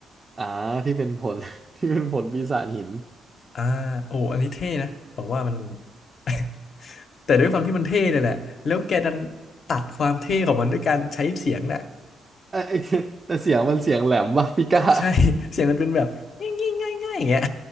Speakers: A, on the right (about 25°); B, on the left (about 55°).
A: อ่าที่เป็นผล <laughs> ที่เป็นผลปีศาจหิน
B: อ่าโอ้อันนี้เท่นะผมว่ามัน <laughs> แต่ด้วยความที่มันเท่เนี่ยแหละแล้วแกดันตัดความเท่ของมันด้วยการใช้เสียงน่ะ
A: เอ้ย <laughs> แต่เสียงมันเสียงแหลมว่ะปีก้า
B: ใช่
A: <laughs>
B: <laughs> เสียงมันเป็นแบบง่ายง่ายง่ายง่ายอย่างเงี้ย